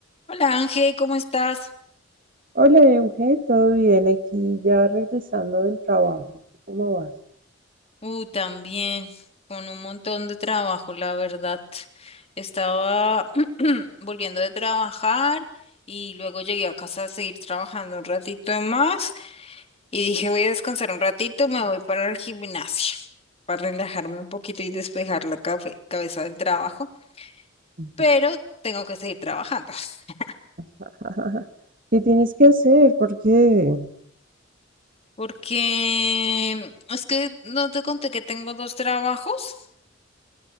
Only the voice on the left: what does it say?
Hola Ángel, ¿cómo estás?
Uh, también, con un montón de trabajo, la verdad. Estaba <clears throat> volviendo de trabajar y luego llegué a casa a seguir trabajando un ratito más y dije voy a descansar un ratito, me voy para el gimnasio para relajarme un poquito y despejar la cafe- cabeza del trabajo,
pero tengo que seguir trabajando <laughs>
porque es que no te conté que tengo dos trabajos.